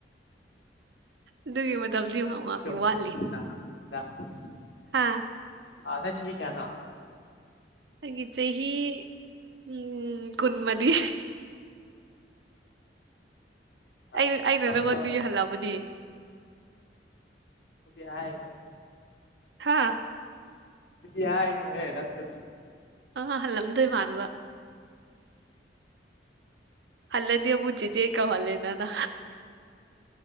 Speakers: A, on the right (about 75°); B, on the left (about 75°).
A: ꯑꯗꯨꯒꯤ ꯃꯇꯝꯗꯤ
B: ꯆꯨꯝ
A: ꯋꯥꯠꯂꯤ
B: ꯆꯨꯝ ꯆꯨꯝꯅ <inaudible>
A: ꯍꯥꯥ
B: ꯑꯗ ꯊ ꯀꯅ
A: ꯑꯆ ꯍ ꯎꯝ ꯈꯨꯟ ꯃꯗꯤ
B: ꯃꯇꯝꯗꯣ
A: ꯑꯩ ꯑꯩꯅ ꯅꯪꯉꯣꯟꯗ ꯌꯥꯍꯜꯂꯛꯑꯕꯅꯤ
B: ꯇꯗꯤ ꯍꯥꯏ ꯀꯗꯥ
A: ꯍꯥ
B: ꯌꯥꯏꯅ ꯍꯦ ꯔꯖ
A: ꯑꯍꯜꯂꯝꯗꯣꯏ ꯃꯥꯟꯕ ꯍꯜꯗꯤ ꯃ ꯀ ꯍꯂꯦꯟ ꯅꯅ